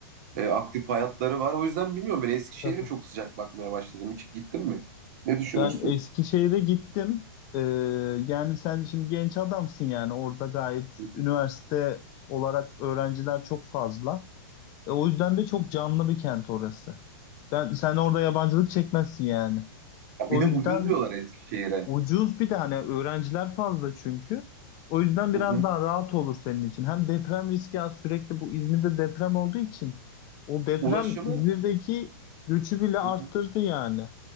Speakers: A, on the right; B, on the left.
A: e, aktif hayatları var. O yüzden bilmiyorum ben Eskişehir'e
B: Tabii.
A: çok sıcak bakmaya başladım. Hiç gittin mi? Ne düşünürsün?
B: Ben Eskişehir'e gittim. Ee, yani sen şimdi genç adamsın yani orada gayet
A: Hı hı.
B: üniversite olarak öğrenciler çok fazla. E, o yüzden de çok canlı bir kent orası. Ben sen orada yabancılık çekmezsin yani.
A: Ya
B: O
A: bir de
B: yüzden
A: ucuz diyorlar Eskişehir'e.
B: ucuz bir de hani öğrenciler fazla çünkü. O yüzden biraz
A: Hı hı.
B: daha rahat olur senin için. Hem deprem riski az sürekli bu İzmir'de deprem olduğu için o deprem
A: Ulaşımı
B: İzmir'deki göçü bile arttırdı
A: hı hı.
B: yani.